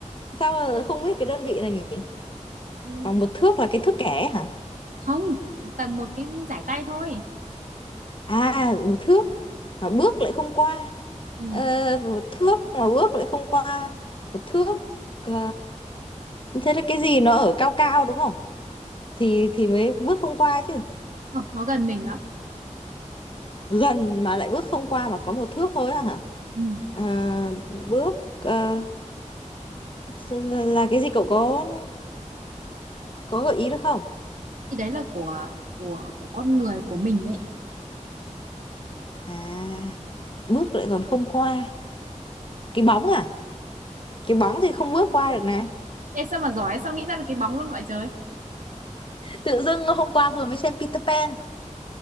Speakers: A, on the left (about 40°); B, on the right (about 85°).
A: sao mà không biết cái đơn vị này nhỉ
B: Ừm,
A: bằng một thước là cái thước kẻ hả
B: không tầm một cái giải tay thôi
A: à một thước mà bước lại không qua
B: Ừm,
A: ờ, một thước mà bước lại không qua một thước ờ, thế là cái gì nó ở cao cao đúng không thì thì mới bước không qua chứ
B: không nó gần mình lắm
A: gần mà lại bước không qua mà có một thước thôi á hả
B: Ừm,
A: à, bước ờ, là, là cái gì cậu có có gợi ý được không
B: thì đấy là của của của con người của mình ấy
A: à bước lại còn không qua cái bóng à cái bóng thì không bước qua được này
B: Ê, sao mà giỏi sao nghĩ ra được cái bóng luôn vậy trời
A: Tự dưng hôm qua vừa mới xem Peter Pan.